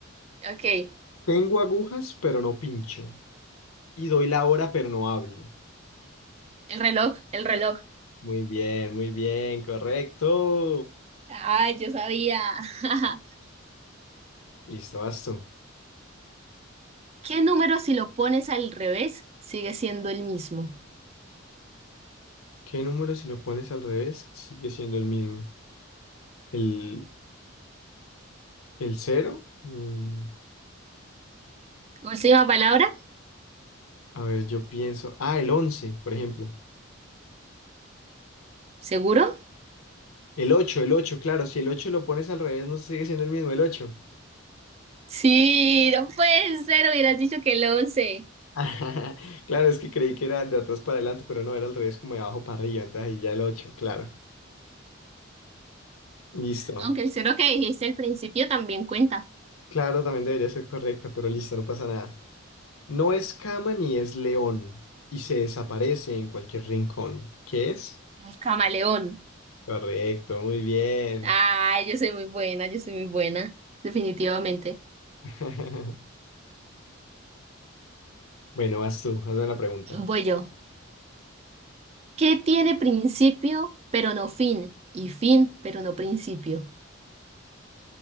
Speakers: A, on the right (about 30°); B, on the left (about 85°).
A: Ok,
B: Tengo agujas pero no pincho. Y doy la hora pero no hablo.
A: el reloj, el reloj.
B: Muy bien, muy bien, correcto.
A: Ay, yo sabía. <laughs>
B: Listo, basta.
A: ¿Qué número si lo pones al revés sigue siendo el mismo?
B: ¿Qué número si lo pones al revés sigue siendo el mismo? ¿El, el cero? Mm,
A: Última palabra,
B: a ver, yo pienso. Ah, el 11, por ejemplo.
A: ¿seguro?
B: El ocho, el 8, claro, si el 8 lo pones al revés, no sigue siendo el mismo el ocho.
A: Sí, no puede ser, hubieras dicho que el once
B: <laughs> Claro, es que creí que era de atrás para adelante, pero no, era al revés, como de abajo para arriba, entonces ahí ya el 8, claro. Listo.
A: Aunque el cero que dijiste al principio también cuenta.
B: Claro, también debería ser correcta, pero listo, no pasa nada. No es cama ni es león, y se desaparece en cualquier rincón. ¿Qué es?
A: El camaleón.
B: Correcto, muy bien.
A: Ay, yo soy muy buena, yo soy muy buena. Definitivamente.
B: <laughs> Bueno, vas tú, hazme la pregunta.
A: Voy yo. ¿Qué tiene principio pero no fin? Y fin pero no principio.